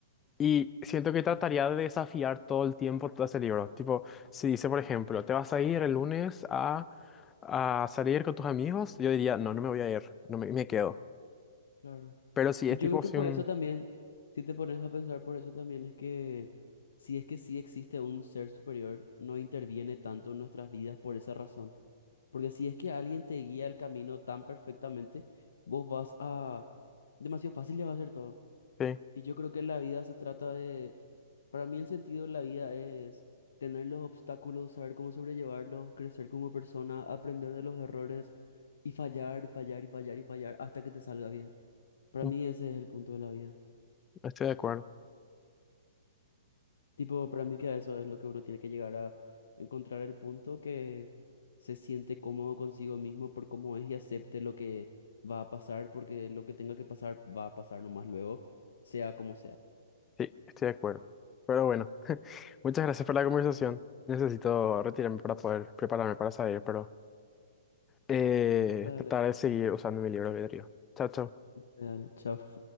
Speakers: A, on the left (about 20°); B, on the left (about 70°).
A: Y siento que trataría
B: Ujú,
A: de desafiar todo el tiempo todo ese libro. Tipo, si dice, por ejemplo, te vas a ir el lunes a, a salir con tus amigos, yo diría, no, no me voy a ir, no me, me quedo.
B: Claro.
A: Pero si
B: Y
A: es
B: yo
A: tipo,
B: creo que
A: si
B: por
A: un...
B: eso también, si te pones a pensar, por eso también es que si es que sí existe un ser superior, no interviene tanto en nuestras vidas por esa razón. Porque si es que alguien te guía el camino tan perfectamente, vos vas a... Demasiado fácil le va a ser todo.
A: Sí,
B: Y yo creo que la vida se trata de... Para mí el sentido de la vida es tener los obstáculos, saber cómo sobrellevarlos, crecer como persona, aprender de los errores y fallar y fallar y fallar y fallar hasta que te salga bien. Para
A: mm,
B: mí ese es el punto de la vida.
A: estoy de acuerdo.
B: Tipo, para mí que eso es lo que uno tiene que llegar a encontrar el punto que se siente cómodo consigo mismo por cómo es y acepte lo que va a pasar, porque lo que tenga que pasar va a pasar nomás luego, sea como sea.
A: Sí, estoy de acuerdo. Pero bueno. Muchas gracias por la conversación. Necesito retirarme para poder prepararme para salir, pero eh,
B: Dale,
A: trataré de seguir usando mi libro de albedrío. Chao, chao.
B: dale, chao.